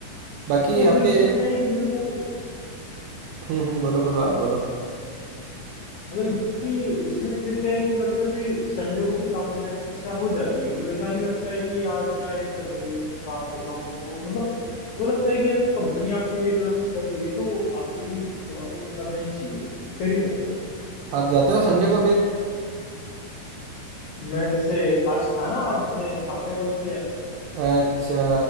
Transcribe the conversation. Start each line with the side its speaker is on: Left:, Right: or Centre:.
Right: बाकी
Left: तो फिर
Right: आपके
Left: उसमें क्या है कि मेरे को
Right: हम्म हम्म, बोलो बोलो
Left: हाँ
Right: आप बोलो
Left: मतलब कि उसमें फिर क्या है कि मेरे को ऐसे संडे को भी काम पे जाने की इच्छा हो जाती है मतलब ऐसा नहीं लगता है कि यार क्या है संडे के दिन मैं काम कर रहा हूँ ये वो मतलब वो लगता है कि यार कंपनी आपके लिए इतना कुछ कर रही है तो आपको भी थोड़ा तो करना ही चाहिए कर ही सकते हो
Right: आप जाते हो संडे को फिर
Left: मैं जैसे आज था ना आज मैंने हाफ डे वर्क किया है
Right: अच्छा